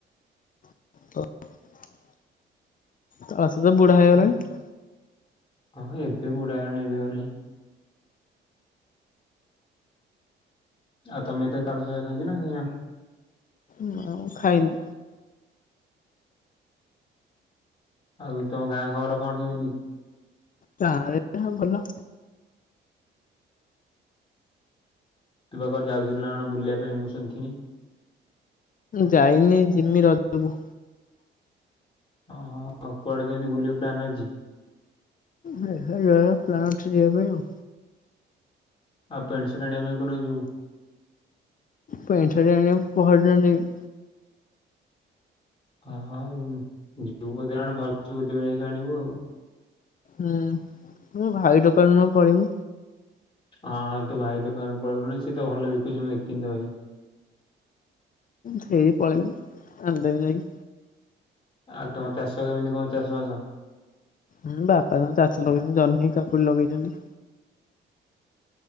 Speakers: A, on the left; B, on the left.
A: <unintelligible> ତାଳସଜ ବୁଢ଼ା ହେଇଗଲାଣି।
B: ଏ ହଁ ଏବେ ବୁଢା ହେଇଗଲାଣି। ଏବେ ଆହୁରି ଆଉ ତମେ ତ ତାଲସଜ ଖାଇଛ ନା ଖାଇନା?
A: ନା ମୁଁ ଖାଇନି।
B: ଆଉ ତୋ ଗାଁ ଖବର କଣ କେମିତି?
A: ତାହାଲେ ତ ଭଲ।
B: ତୁ ବା କୁଆଡେ ଯାଉଥିଲୁ ବୁଲିବା ପାଇଁ ମୁଁ ଶୁଣିଥିଲି।
A: ଯାଇନି ଯିମି ରଜକୁ।
B: ଓହୋ ଆଉ କୁଆଡେ କେମିତି ବୁଲିବି ପ୍ଲାନ ଅଛି?
A: ଦେଖାଯାଉ ପ୍ଲାନ ଠିକ୍ ଆଗ ହେଇଯାଉ।
B: ଆଉ ପେଣ୍ଟ ସାର୍ଟ ଆଣିବାକୁ କୋଉଦିନ ଯିବୁ?
A: ପେଣ୍ଟ ସାର୍ଟ ଆଣିବାକୁ ପହରଦିନ ଯିବି।
B: ହଁ ହଁ ଯିବୁ ବୋଧେ କଣ ଭଲସେ ବୁଝି ବାଝିକି ଆଣିବୁ ଆଉ।
A: ହୁଁ ମୁଁ ଭାଇ ଦୋକାନରୁ ପଳେମି।
B: ହଁ ହଁ ତୁ ଭାଇ ଦୋକାନରୁୁ ପଳେଇୁ ସେ ତ ଭଲ ବିକୁଛି ମୁଁ ଦେଖିିନି ତ ଭାଇ।
A: ସେଇ ପଳେଇ ଆଣିଦେବି ଯାଇକି।
B: ଆଉ ତମ ଚାଷ କେମିତି କଣ ଚାଷ ବାସ।
A: ହୁଁ ବାପା ତ ଚାଷ ଲଗେଇଛନ୍ତି ଜହ୍ନି, କାକୁଡି ଲଗେଇଛନ୍ତି।